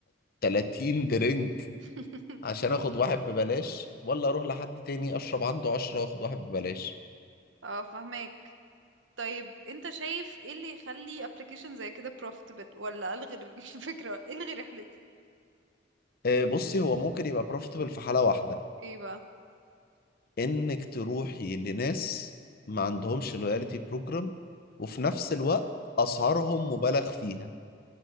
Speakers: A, on the left; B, on the right.
A: 30 درينك
B: <laughs>
A: عشان آخد واحد ببلاش ولا أروح لحد تاني أشرب عنده 10 وآخد واحد ببلاش
B: اه فهمك طيب انت شايف ايه اللي يخلي ابلكيشن زي كده profitable ولا الغي <laughs> الفكرة الغي رحلتي
A: آه، بصي هو ممكن يبقى بروفيتبل في حالة واحدة
B: ايه بقى
A: إنك تروحي لناس ما عندهمش لويالتي بروجرام وفي نفس الوقت أسعارهم مبالغ فيها